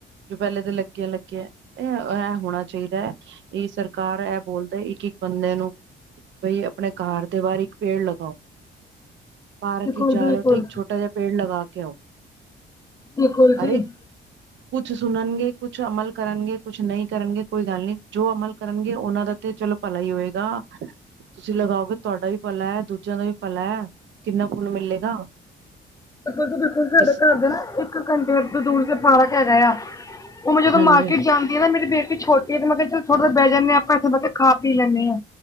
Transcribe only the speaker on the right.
ਜੋ ਪਹਿਲੇ ਤਾਂ ਲੱਗਿਆ ਲੱਗਿਆ, ਇਹ ਐ ਹੋਣਾ ਚਈਦਾ ਐ। ਇਹ ਸਰਕਾਰ ਐਹ ਬੋਲਦੇ ਹ ਕਿ ਬੰਦੇ ਨੂੰ, ਬਈ ਆਪਣੇ ਘਰ ਦੇ ਬਾਹਰ ਇੱਕ ਪੇੜ ਲਗਾਓ। ਪਾਰਕ
ਵਿੱਚ ਜਾ
ਰਹੇ ਹੋ, ਤੇ ਇੱਕ ਛੋਟਾ ਜਿਹਾ ਪੇੜ ਲਗਾ ਕੇ ਆਓ।
ਅਰੇ ਕੁਛ ਸੁਣਨਗੇ ਕੁੱਛ ਅਮਲ ਕਰਨਗੇ, ਕੁੱਛ ਨਹੀਂ ਕਰਨਗੇ, ਕੋਈ ਗੱਲ ਨਹੀਂ। ਜੋ ਅਮਲ ਕਰਨਗੇ, ਉਹਨਾਂ ਦਾ ਤੇ ਚਲੋ ਭਲਾ ਹੋਏਗਾ‌। ਤੁਸੀਂ ਲਗਾਓਗੇ, ਤੁਹਾਡਾ ਵੀ ਭਲਾ ਹੈ। ਦੂਜਿਆਂ ਦਾ ਵੀ ਭਲਾ ਹੈ। ਕਿੰਨਾ ਫੁੱਲ ਮਿਲੇਗਾ।
ਕਿਸ
ਹਾਂਜੀ